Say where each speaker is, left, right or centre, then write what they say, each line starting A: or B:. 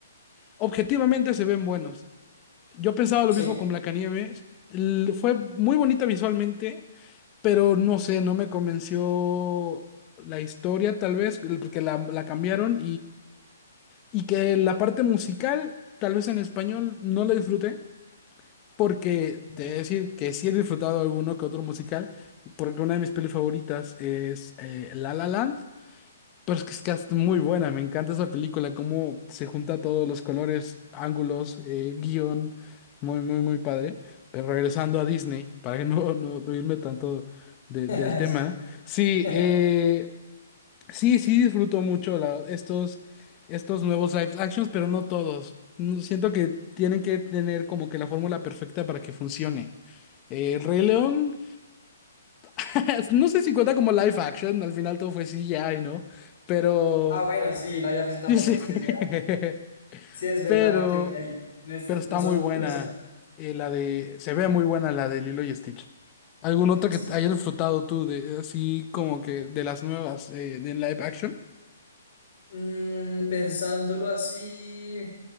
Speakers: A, on the left (about 25°); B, on the left (about 60°).
A: objetivamente se ven buenos. Yo pensaba lo
B: Sí.
A: mismo con Blancanieves. L- Fue muy bonita visualmente, pero no sé, no me convenció la historia, tal vez, el- porque la, la cambiaron y que la parte musical, tal vez en español, no la disfruté, porque
B: No.
A: te voy a decir que sí he disfrutado alguno que otro musical, porque una de mis pelis favoritas es eh, La La Land, pero es que es que es muy buena, me encanta esa película, cómo se junta todos los colores, ángulos, eh, guión, muy, muy, muy padre. Pero regresando a Disney, para que no, no, no irme tanto de-
B: <laughs>
A: del tema,
B: Sí.
A: sí,
B: <laughs>
A: eh, Sí, sí disfruto mucho la- estos, estos nuevos live actions, pero no todos. No- Siento que tienen que tener como que la fórmula perfecta para que funcione. Eh, El Rey León, <laughs> no sé si cuenta como live action, al final todo fue CGI, ¿no? Pero,
B: Ah, bueno, sí, live action tampoco.
A: yo sé.
B: Es que
A: <laughs>
B: es- sí es verdad,
A: Pero,
B: me equivoqué ahí. No, es-
A: pero
B: no
A: está
B: son
A: muy buena.
B: personas.
A: eh, la de, se ve muy buena la de Lilo y Stitch. ¿Algún otro
B: Sí.
A: que hayas disfrutado tú, de, así como que de las nuevas eh, de live action?
B: mm, pensándolo así,